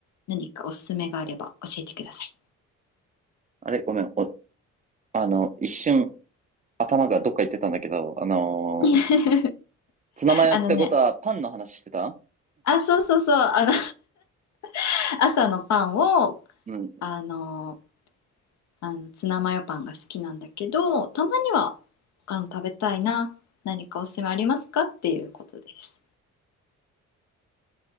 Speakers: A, on the left; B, on the right.
A: 何かおすすめがあれば教えてください。
B: あれ、ごめん。お、あの、一瞬頭がどっか行ってたんだけど、あのー
A: <laughs>
B: ツナマヨってことはパンの話してた
A: あのね、あ、そうそうそう、あの、<laughs> 朝のパンを、
B: うん。
A: あの、あのツナマヨパンが好きなんだけど、たまには他の食べたいな、何かおすすめありますかっていうことです。